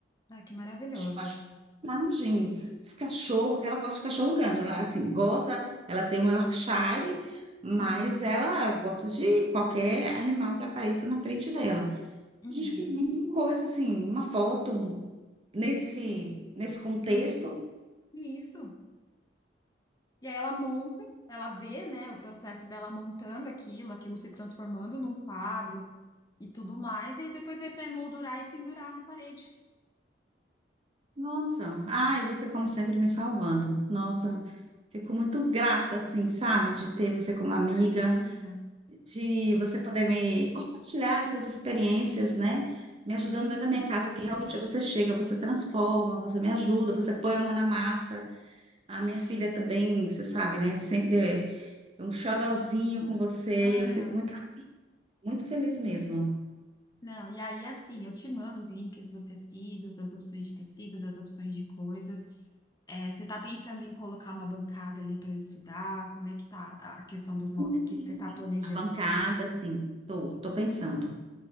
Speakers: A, on the left; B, on the right.
A: Ah, que maravilhosa.
B: Mas imagem, esse cachorro, que ela gosta de cachorro grande. Ela, assim, gosta, ela tem um Yorkshire, mas
A: Uhum,
B: ela gosta de qualquer animal que apareça na frente dela.
A: uhum.
B: A gente pediu uma coisa assim, uma foto nesse nesse contexto.
A: Hum, E isso. E aí ela monta, ela vê, né, o processo dela montando aquilo, aquilo se transformando num quadro e tudo mais, e aí depois é para emoldurar e pendurar na parede.
B: Nossa, ai, você como sempre me salvando. Nossa, fico muito grata assim, sabe, de ter você como amiga,
A: Imagina.
B: de você poder me compartilhar essas experiências, né? Me
A: Sim,
B: ajudando dentro da minha casa, que realmente você chega, você transforma, você me ajuda, você põe a mão na massa. A
A: sim.
B: minha filha também, você sabe, né? Sempre é um xodozinho com você
A: Ah,
B: e eu fico muito, muito feliz mesmo.
A: não. E aí, assim, eu te mando os links dos tecidos, das opções de tecido, das opções de coisas. É, você tá pensando em colocar uma bancada ali para ele estudar? Como é que tá a questão dos móveis?
B: Sim,
A: O
B: sim,
A: que que você tá
B: sim.
A: planejando?
B: A bancada, sim. Tô, tô pensando.